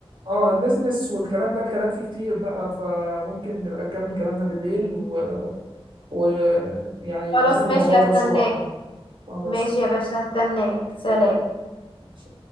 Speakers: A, on the right (about 50°); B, on the left (about 60°).
A: اه البيزنس والكلام ده الكلام فيه كتير بقى فممكن نبقى نكمل كلامنا بالليل ويعني و... ويعني
B: خلاص
A: نشوف
B: ماشي
A: الموضوع
B: هستناك
A: ده بسرعة خلاص
B: ماشي يا باشا هستناك سلام
A: ماشي.